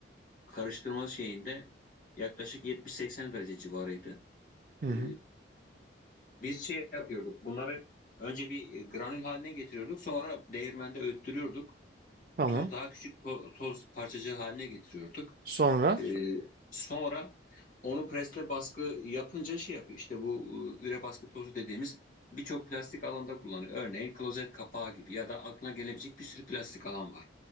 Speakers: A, on the left; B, on the right.
A: karıştırma şeyinde yaklaşık 70-80 derece civarıydı.
B: Hı
A: E,
B: hı.
A: Biz şey yapıyorduk. Bunları önce bir e, granül haline getiriyorduk. Sonra değirmende öğüttürüyorduk.
B: Tamam.
A: Toz daha küçük to- toz parçacığı haline getiriyorduk.
B: Sonra
A: E, sonra onu presle baskı yapınca şey yapıyor. İşte bu e, üre baskı tozu dediğimiz birçok plastik alanda kullanılıyor. Örneğin klozet kapağı gibi ya da aklına gelebilecek bir sürü plastik alan var.